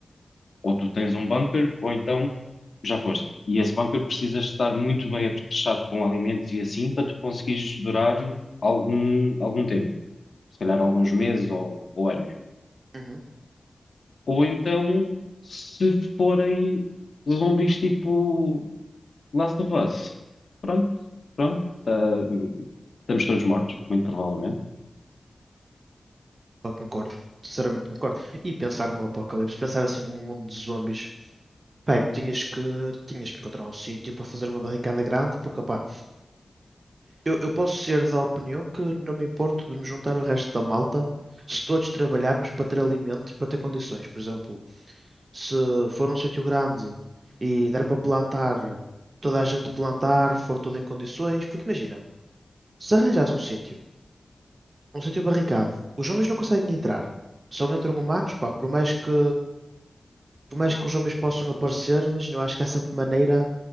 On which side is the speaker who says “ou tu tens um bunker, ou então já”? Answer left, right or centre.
Left